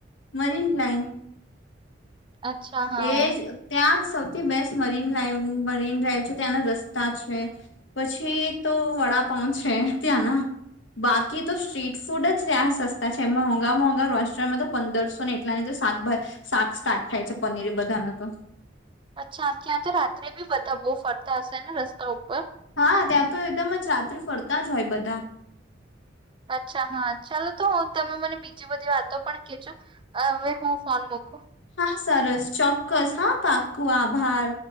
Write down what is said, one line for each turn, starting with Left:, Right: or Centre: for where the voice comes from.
Left: મરીન લાઈન
Right: અચ્છા હા
Left: એજ ત્યાં સૌથી best marine live marine drive છે, ત્યાંના રસ્તા છે, પછી તો વડા પાઉ છે ત્યાં ના. બાકી તો સ્ટ્રીટ ફૂડ જ ત્યા સસ્તા છે. મોંઘા મોંઘા રોસ્ટોરન્ટમાં તો પંદરસો ને એટલા ની તો શાકભ શાક સ્ટાર્ટ થાય છે પનીર બધાનું તો.
Right: અચ્છા! ત્યાં તો રાત્રે બી બધા બો ફરતા હશે ને રસ્તા ઉપર?
Left: હા ત્યાં તો એકદમ જ રાત્રે ફરતા જ હોય બધા.
Right: અચ્છા હા ચાલો તો હું તમે મને બીજી બધી વાતો પણ કેજો અવે હું ફોન મુક
Left: હા સરસ, ચોક્કસ, હા પાકું, આભાર.